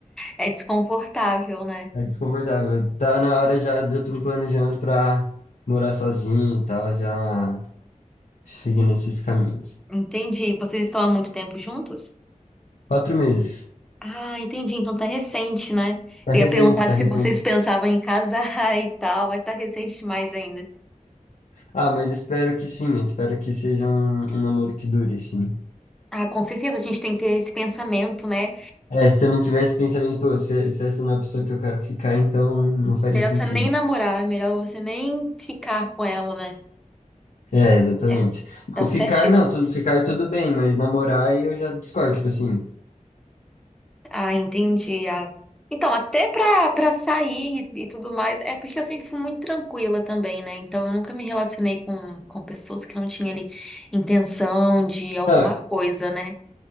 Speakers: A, in the centre; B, on the left.
A: É desconfortável, né?
B: é desconfortável. Tá na hora já de eu tô me planejando pra morar sozinho e tal, já seguindo esses caminhos.
A: Entendi. Vocês estão há muito tempo juntos?
B: Quatro meses.
A: Ah, entendi. Então tá recente, né?
B: Tá
A: Eu
B: recente,
A: ia perguntar
B: tá
A: se
B: recente.
A: vocês pensavam em casar <laughs> e tal, mas tá recente demais ainda.
B: Ah, mas espero que sim, espero que seja um, um namoro que dure, sim.
A: Ah, com certeza a gente tem que ter esse pensamento, né?
B: É, se eu não tivesse pensamento, pô, se, se essa não é a pessoa que eu quero ficar, então não faria
A: Melhor
B: sentido.
A: você nem namorar, melhor você nem ficar com ela, né?
B: É, exatamente.
A: É,
B: Não,
A: tá certíssimo.
B: ficar não, tu- ficar tudo bem, mas namorar aí eu já discordo, tipo assim.
A: Ah, entendi. Ah. Então, até pra, pra sair e, e tudo mais, é porque eu sempre fui muito tranquila também, né? Então, eu nunca me relacionei com, com pessoas que não tinham ali intenção de alguma
B: Não,
A: coisa, né?